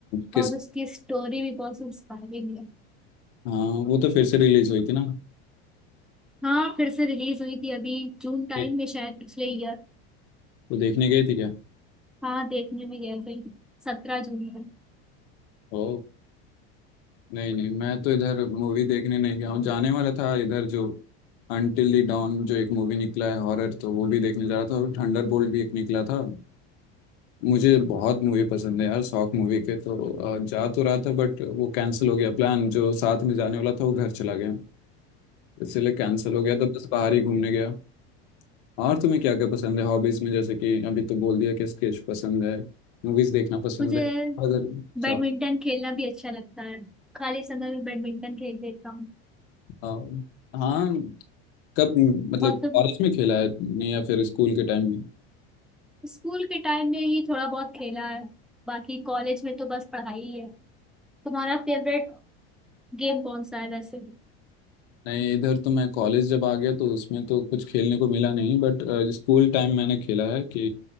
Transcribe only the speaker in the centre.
और उसकी स्टोरी भी बहुत इंस्पायरिंग है
हाँ फिर से रिलीज हुई थी अभी जून टाइम
में शायद पिछले ईयर
हाँ देखने भी गए थे सत्रह जून में
मुझे
बैडमिंटन खेलना भी अच्छा लगता है खाली समय में बैडमिंटन खेल लेता हूँ
और तो
स्कूल के टाइम में ही थोड़ा बहुत खेला है बाकी कॉलेज में तो बस पढ़ाई ही है तुम्हारा फेवरेट गेम कौन सा है वैसे